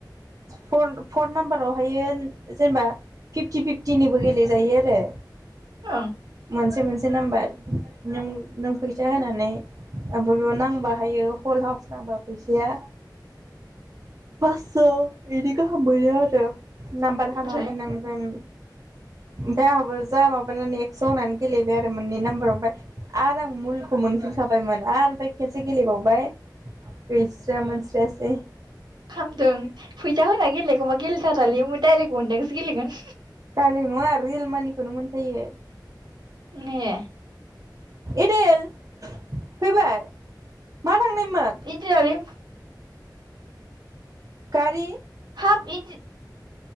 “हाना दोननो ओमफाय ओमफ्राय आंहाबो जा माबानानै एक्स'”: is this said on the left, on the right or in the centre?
Right